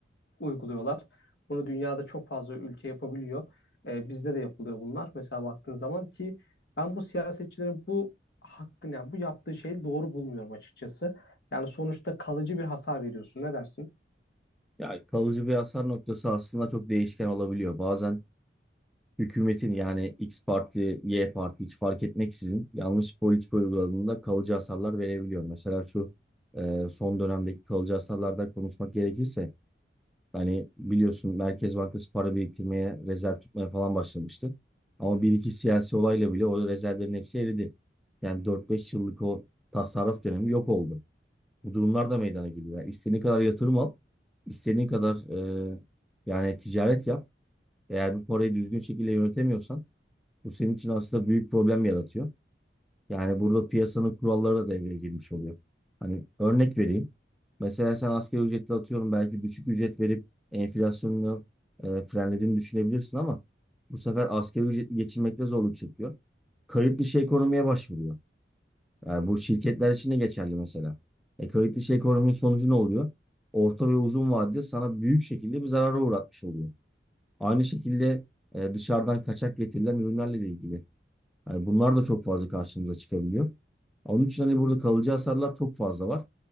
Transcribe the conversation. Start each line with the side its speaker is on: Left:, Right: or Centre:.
Left: uyguluyorlar. Bunu dünyada çok fazla ülke yapabiliyor. E, bizde de yapılıyor bunlar. Mesela baktığın zaman ki ben bu siyasetçilerin bu hakkını, yani bu yaptığı şeyi doğru bulmuyorum açıkçası. Yani sonuçta kalıcı bir hasar veriyorsun. Ne dersin?
Centre: ya kalıcı bir hasar noktası aslında çok değişken olabiliyor. Bazen hükümetin yani X parti, Y parti hiç fark etmeksizin yanlış politika uyguladığında kalıcı hasarlar verebiliyor. Mesela şu e, son dönemdeki kalıcı hasarlardan konuşmak gerekirse hani biliyorsun Merkez Bankası para biriktirmeye, rezerv tutmaya falan başlamıştı. Ama bir iki siyasi olayla bile o rezervlerin hepsi eridi. Yani 4-5 yıllık o tasarruf dönemi yok oldu. Bu durumlar da meydana geliyor. Yani istediğin kadar yatırım al, istediğin kadar e, yani ticaret yap. Eğer bu parayı düzgün şekilde yönetemiyorsan bu senin için aslında büyük problem yaratıyor. Yani burada piyasanın kuralları da devreye girmiş oluyor. Hani örnek vereyim. Mesela sen asgari ücretle atıyorum belki düşük ücret verip enflasyonunu e, frenlediğini düşünebilirsin ama bu sefer asgari ücretli geçinmekte zorluk çekiyor. Kayıt dışı ekonomiye başvuruyor. Yani bu şirketler için de geçerli mesela. E, kayıt dışı ekonominin sonucu ne oluyor? Orta ve uzun vadede sana büyük şekilde bir zarara uğratmış oluyor. Aynı şekilde e, dışarıdan kaçak getirilen ürünlerle de ilgili. Yani bunlar da çok fazla karşımıza çıkabiliyor. Onun için hani burada kalıcı hasarlar çok fazla var.